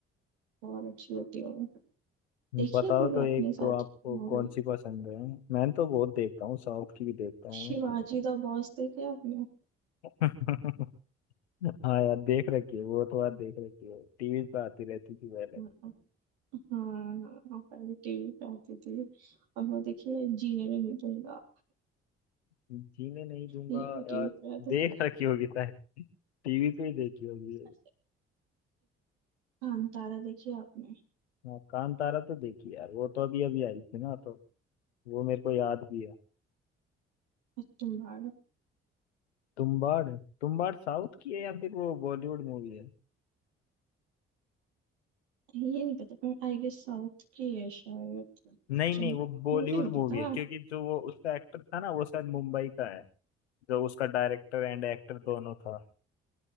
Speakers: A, on the right; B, on the left.
A: बहुत अच्छी होती है वो देखिए
B: बताओ
A: कोई
B: तो
A: आपने
B: एक
A: South
B: तो आपको
A: Indian movie
B: कौन सी पसंद है मैं तो बहुत देखता हूँ साउथ की भी देखता हूँ
A: Shivaji the Boss देखी आपने
B: <laughs> हाँ यार देख रखी है वो तो यार देख रखी है टीवी पे आती रहती थी पहले
A: हाँ हाँ हाँ पहले टीवी पे आती थी और वो देखिए जीने नहीं दूंगा
B: जीने नहीं दूंगा
A: ये भी
B: यार
A: टीवी पे आते
B: देख रखी होगी शायद टीवी पे ही देखी होगी
A: अच्छा कांतारा देखी आपने
B: हाँ कांतारा तो देखी यार वो तो अभी अभी आई थी ना तो वो मेरे को याद भी है
A: और तुम भाड़
B: तुम्बाड़ तुम्बाड़ साउथ की है या फिर वो बॉलीवुड मूवी है
A: ये नहीं पता पर आई गेस साउथ की है शायद अच्छा,
B: नहीं नहीं वो बॉलीवुड
A: मुझे नहीं
B: मूवी
A: पता
B: है क्योंकि जो वो उसका एक्टर था ना वो शायद मुंबई का है जो उसका डायरेक्टर एंड एक्टर दोनों था